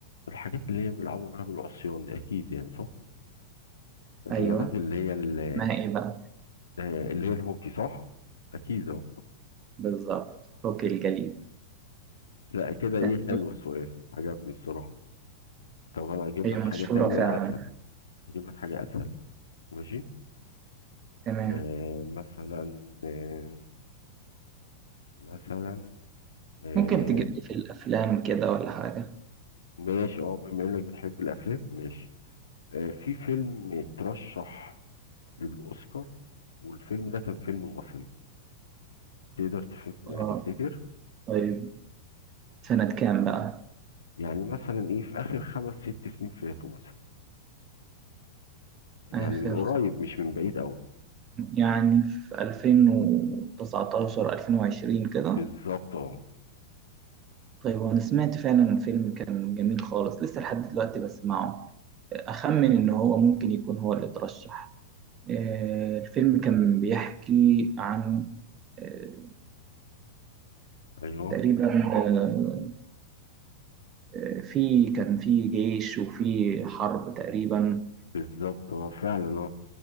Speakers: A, on the left; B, on the right.
A: الحاجات اللي هي بيلعبوا بيها بالعصيان دي أكيد يعني صح الرياضات
B: أيوه
A: اللي هي ال-
B: اسمها إيه بقى؟
A: آه، اللي هي الهوكي صح أكيد أهو
B: بالظبط هوكي الجليد
A: لا كده إيه
B: يعني
A: حلو السؤال عجبني بصراحة طب انا اجيب
B: هي
A: لك
B: مشهورة
A: حاجة تانية
B: فعلا
A: اسهل اجيب لك حاجة اسهل ماشي
B: تمام
A: آه مثلا آه مثلا آه
B: ممكن تجيب لي في الأفلام كده ولا حاجة؟
A: ماشي اه بما انك بتحب الافلام ماشي آه في فيلم اترشح للاوسكار والفيلم ده كان فيلم مصري تقدر تف- آه،
B: آه
A: تفتكر
B: طيب سنة كام بقى؟
A: يعني مثلا ايه في اخر خمس ست سنين فاتوا مثلا يعني
B: آخر
A: من قريب مش من بعيد قوي
B: يعني في 2019 2020 كده
A: بالظبط اه
B: طيب وانا سمعت فعلا الفيلم كان جميل خالص لسه لحد دلوقتي بسمعه اخمن ان هو ممكن يكون هو اللي ترشح آه، الفيلم كان بيحكي عن آه،
A: ايوه
B: تقريبا آه، آه، في كان في جيش وفي حرب تقريبا
A: بالظبط اه فعلا اه